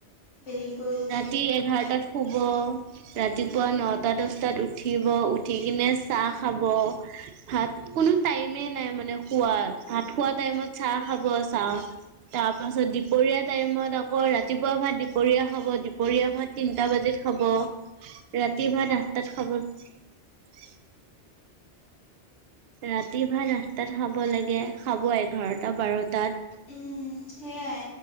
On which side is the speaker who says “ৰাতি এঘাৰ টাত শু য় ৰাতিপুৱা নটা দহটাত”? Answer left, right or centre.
Right